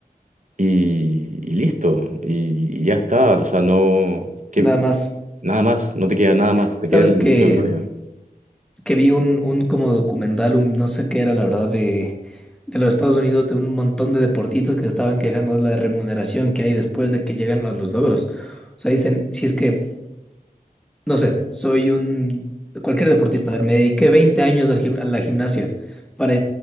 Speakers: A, on the right; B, in the centre.
A: y, y listo. Y, y ya está. O sea, no, que,
B: Nada más.
A: nada más, no te queda nada más,
B: Sabes
A: te queda el
B: que,
A: momento de gloria.
B: que vi un, un como documental, un no sé qué era, la verdad, de, de los Estados Unidos, de un montón de deportistas que estaban quejando de la remuneración que hay después de que llegan a los logros. O sea, dicen, si es que no sé, soy un cualquier deportista. A ver, me dediqué 20 años al gim- a la gimnasia, para